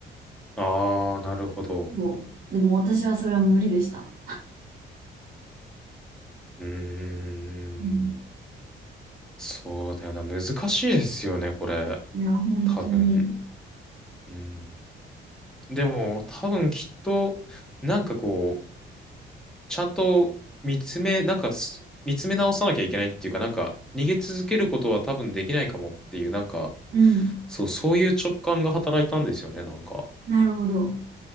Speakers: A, in the centre; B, on the right.
A: ああ、なるほど。
B: そう。でも私はそれは無理でした。
A: うーん。
B: うん、
A: そうだよな。難しいですよね、これ。
B: いや、本当に。
A: 多分。うん。でも、多分きっと、なんかこう、ちゃんと見つめ、なんかす、見つめ直さなきゃいけないっていうか、なんか、逃げ続けることは多分できないかもっていう、なんか、
B: うん。
A: そう、そういう直感が働いたんですよね、なんか。
B: なるほど。